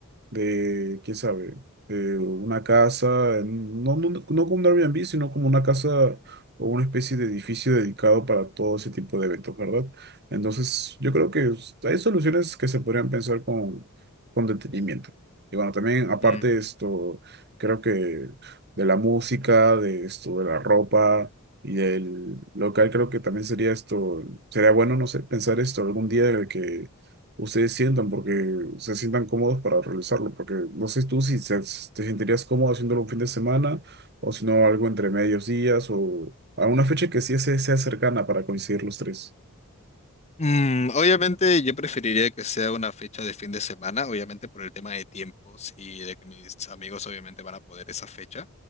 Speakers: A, on the right; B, on the left.
A: de, quién sabe, eh, una casa, no, no, no como un Airbnb, sino como una casa o una especie de edificio dedicado para todo ese tipo de eventos, ¿verdad? Entonces, yo creo que s- hay soluciones que se podrían pensar con, con detenimiento. Y bueno, también aparte
B: Mm.
A: de esto, creo que de la música, de esto, de la ropa y del local, creo que también sería esto, sería bueno, no sé, pensar esto algún día de que ustedes sientan, porque se sientan cómodos para realizarlo, porque no sé tú si se- si te sentirías cómodo haciéndolo un fin de semana o si no algo entre medios días o a una fecha que sí se- sea cercana para coincidir los tres.
B: Mm, obviamente yo preferiría que sea una fecha de fin de semana, obviamente por el tema de tiempos y de que mis amigos obviamente van a poder esa fecha.